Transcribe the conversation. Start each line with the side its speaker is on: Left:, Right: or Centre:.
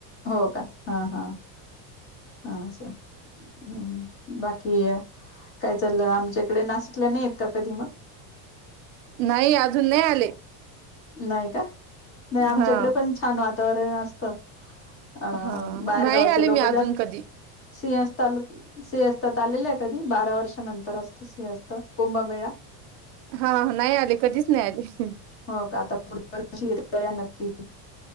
Left: हो का हा हा हा, हम् बाकी य काय चाललं, आमच्या इकडे नाशिकला नाही येत का? कधी मग.
Right: नाही अजून नाही आले
Left: नाही का नाही आमच्याकडे
Right: हा
Left: पण छान वातावरण असत अं
Right: हा
Left: बाहेरगावचे
Right: नाही आले
Left: लोक
Right: मी अजून
Left: जास्त
Right: कधी
Left: सिंहस्ता सिंहस्तात आलेले आहे कधी बारा वर्षानंतर असतो सिंहस्त कुंभमेळा
Right: हा नाही आले कधीच नाही आले.
Left: हो का आता पुढ शिर नक्की